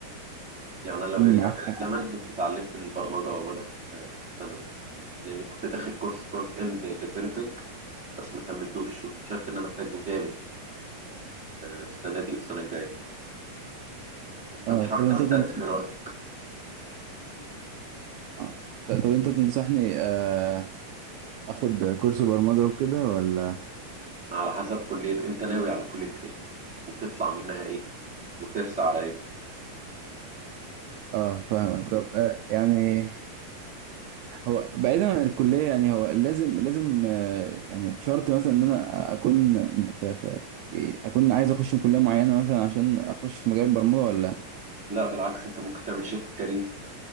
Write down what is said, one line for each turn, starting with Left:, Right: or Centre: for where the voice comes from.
Centre: يعني أنا لو
Right: معاك
Centre: يرجع بيا الزمن
Right: حق
Centre: كنت اتعلمت البرمجة وأنا في ثانوي لأني كنت داخل كورس فرونت إند ديفلوبينج بس ما كملتوش واكتشفت إن أنا محتاجه جامد السنة دي والسنة الجاية
Right: اه
Centre: فأنت حاول
Right: طب انت
Centre: تستثمر
Right: تنص...
Centre: وقتك
Right: اه ط- طب انت تنصحني آه اخد كورس برمجة وكده ولا
Centre: على حسب كلية أنت ناوي على كلية إيه وتطلع منها إيه وترسى على إيه
Right: اه فاهمك طب آه يعني هو بعيدا عن الكلية يعني هو لازم لازم آه يعني شرط مثلا ان انا اكون في, في إيه، اكون عايز اخش من كلية معينة مثلا عشان اخش في مجال البرمجة ولا
Centre: لا بالعكس أنت ممكن تعمل شيفت كارير